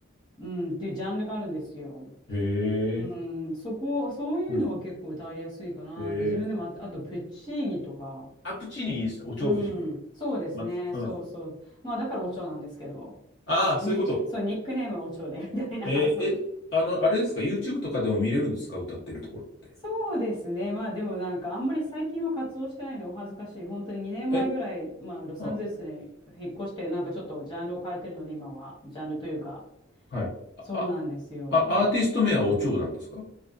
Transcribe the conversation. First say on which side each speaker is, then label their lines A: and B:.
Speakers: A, on the left (about 20°); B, on the left (about 55°).
A: うん、っていうジャンルがあるんですよ。
B: へえ、
A: うん、そこ、そういうのは結構歌いやすいかなって、
B: うん。へえ。
A: 自分でもあ、あとプッチーニとか、
B: アプチーニいいですよ。お蝶夫人。
A: うん、そうですね。
B: ま、うん。
A: そうそう。まあだからお蝶なんですけど、
B: ああ、
A: に、
B: そういうこと。
A: <laughs> そう、ニックネームはお蝶で、みたいな。
B: えーえ、
A: <laughs> そう、
B: あの、あれですか ?YouTube とかでも見れるんですか歌ってるところって。
A: そうですね。まあでもなんかあんまり最近は活動してないんでお恥ずかしい。本当に2年前ぐらい、
B: え
A: まあロサンゼルスに引っ越して、
B: あ、
A: なんかちょっとジャンルを変えてるので、今は。ジャンルというか、
B: はい。
A: そうなんですよ。
B: あ、あ、アーティスト名はお蝶なんですか